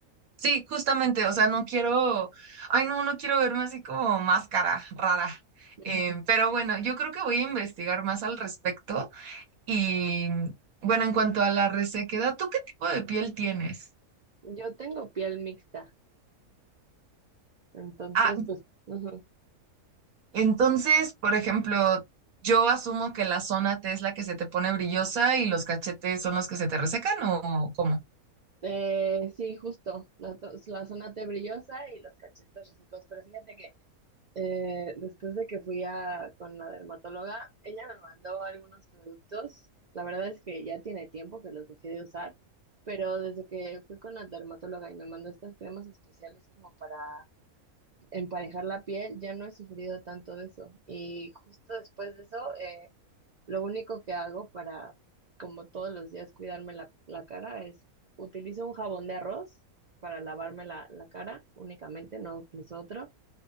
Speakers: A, on the right; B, on the right.
A: Sí, justamente, o sea, no quiero, ay no, no quiero verme así como máscara rara.
B: <laughs>
A: Em,
B: Ujú.
A: pero bueno, yo creo que voy a investigar más al respecto y bueno, en cuanto a la resequedad, ¿tú qué tipo de piel tienes?
B: Yo tengo piel mixta, entonces
A: Ah,
B: pues, ujú.
A: entonces, por ejemplo, yo asumo que la zona T es la que se te pone brillosa y los cachetes son los que se te resecan ¿o cómo?
B: Eh, sí, justo, la, to- la zona T brillosa y los cachetes resecos, pero fíjate que Eh, después de que fui a, con la dermatóloga, ella me mandó algunos productos. La verdad es que ya tiene tiempo que los dejé de usar, pero desde que fui con la dermatóloga y me mandó estas cremas especiales como para emparejar la piel, ya no he sufrido tanto de eso. Y justo después de eso, eh, lo único que hago para, como todos los días, cuidarme la, la cara es utilizo un jabón de arroz para lavarme la, la cara únicamente, no utilizo otro.